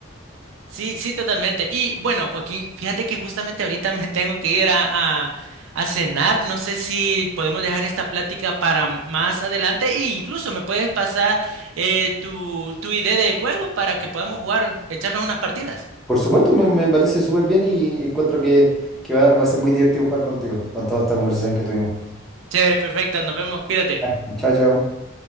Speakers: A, on the right; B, in the centre.
A: Sí, sí, totalmente. Y bueno, Joaquín, fíjate que justamente ahorita me tengo que ir a, a, a cenar. No sé si podemos dejar esta plática para más adelante e incluso me puedes pasar eh, tu, tu idea de juego para que podamos jugar, echarnos unas partidas.
B: Por supuesto, me, me parece súper bien y encuentro que, que va, va a ser muy divertido jugar contigo, con toda esta conversación que tuvimos.
A: Chévere, perfecto. Nos vemos, cuídate.
B: Ah, Chao, chao.